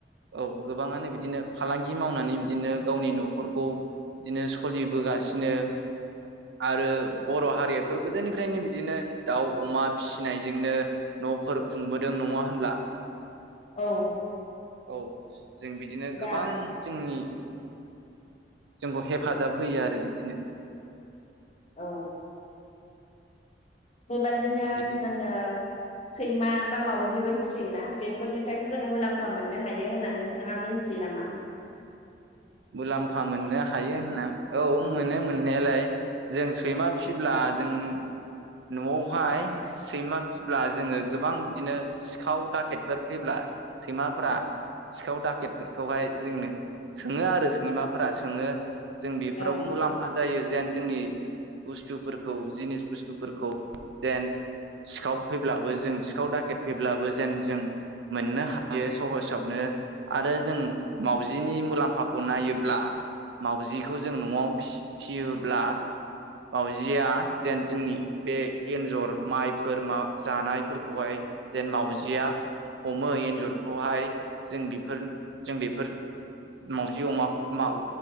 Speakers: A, on the right; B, on the left.
A: औ गोबाङानो बिदिनो फालांगि मावनानै बिदिनो गावनि नखरखौ बिदिनो सलिबोगासिनो आरो बर' हारियाथ गोदोनिफ्रायनो बिदिनो दाउ अमा फिसिनायजोंनो नफोर खुंबोदों। नङा होनब्ला?
B: औ
A: औ जों बिदिनो
B: दा
A: गोबां जोंनि जोंखौ हेफाजाब होयो आरो बिदिनो।
B: औ बेबायदिनो
A: बिदि
B: जोङो सैमा बा मावजिबो फिसियोना बेफोरनिफ्रायबो जों मुलाम्फा मोननो हायो होननानै नोंथाङा मिथियो नामा?
A: मुलाम्फा मोननो हायो होनना औ मोनो मोननायालाय जों सैमा फिब्ला जों नआवहाय सैमा फिब्ला जोङो गोबां बिदिनो सिखाव दाखेटफोर फैब्ला सैमाफोरा सिखाव दाखेटफोरखौहाय जोंनो स सोङो आरो सैमाफोरा सोङो जों बेफोराव
B: औ
A: मुलाम्फा जायो जेन जोंनि बुस्थुफोरखौ जिनिस बुस्थुफोरखौ जेन सिखाव फैब्लाबो जों सिखाव दाखेट फैब्लाबो जेन जों मोननो हायो सहसावनो आरो जों मावउजिनि मुलाम्फ फाखौ नायोब्ला मावाउजिखौ जों नआव फि फियोब्ला मावाजिया जेन जोंनि बे एन्जर माइफोर माबा जानायफोरखौहाय जेन मावाउजिया हमो एन्जरखौहाय जों बेफोर जों बेफोर मावजि अमाखौ माव